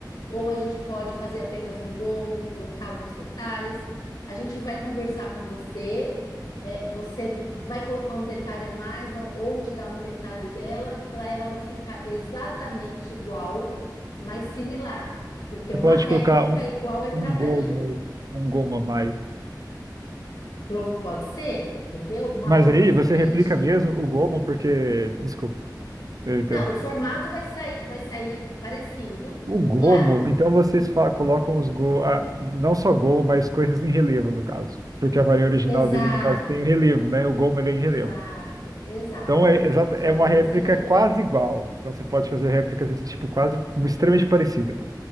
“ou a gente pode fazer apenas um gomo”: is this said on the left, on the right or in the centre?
Left